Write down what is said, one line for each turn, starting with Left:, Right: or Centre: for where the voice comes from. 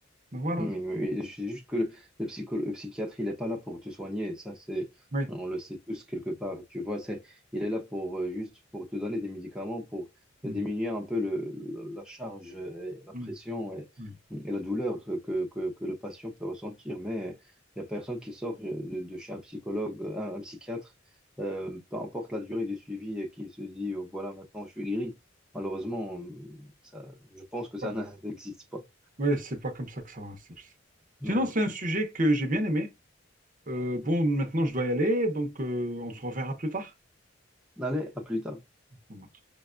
Right: Donc voilà.
Centre: Mais, mais je suis juste que le, le psycho- le psychiatre, il n'est pas là pour te soigner. Ça, c'est,
Right: Oui.
Centre: on le sait tous quelque part. Tu vois, c'est, il est là pour euh, juste pour te donner des médicaments pour
Right: Mm,
Centre: euh, diminuer un peu le, le- la charge, et la
Right: mm,
Centre: pression et,
Right: mm,
Centre: et la douleur que, que, que le patient peut ressentir. Mais il n'y a personne qui sort de, de chez un psychologue, un, un psychiatre, euh, peu importe la durée du suivi, et qui se dit, Oh, voilà, maintenant je suis guéri. Malheureusement, ça, je pense que ça
Right: mm.
Centre: <laughs> n'existe pas.
Right: Ouais, c'est pas comme ça que ça va. c'est- c'est-
Centre: Ouais.
Right: Sinon, c'est un sujet que j'ai bien aimé. Euh, bon, maintenant, je dois y aller, donc euh, on se reverra plus tard.
Centre: Allez, à plus tard.
Right: Bon, bah.